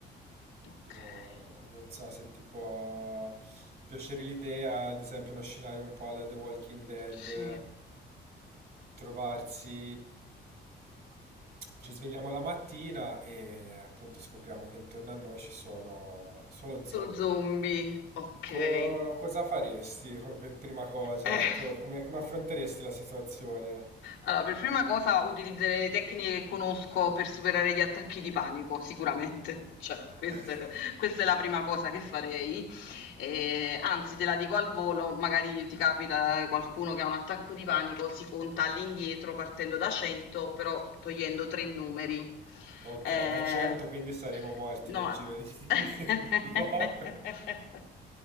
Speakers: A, on the left; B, on the right.
A: Okay,
B: No, non so se ti può piacere l'idea, ad esempio uno scenario un po' alla The Walking Dead,
A: sì.
B: eh, trovarsi ci svegliamo la mattina e appunto scopriamo che intorno a noi ci sono solo
A: Su
B: zombie.
A: zombie, okay.
B: Co- cosa faresti co- per prima cosa?
A: Eh,
B: Ecco, come, come affronteresti la situazione?
A: allora per prima cosa utilizzerei le tecniche che conosco per superare gli attacchi di panico, sicuramente. <laughs> Cioè,
B: <laughs>
A: questa è questa è la prima cosa che farei. Ehm, anzi te la dico al volo, magari ti capita qualcuno che ha un attacco di panico, si conta all'indietro partendo da 100 però togliendo 3 numeri.
B: Ok,
A: Ehm,
B: da 100 quindi saremo morti
A: no
B: nel
A: ma
B: giro di,
A: <laughs>
B: <laughs> di- di poco.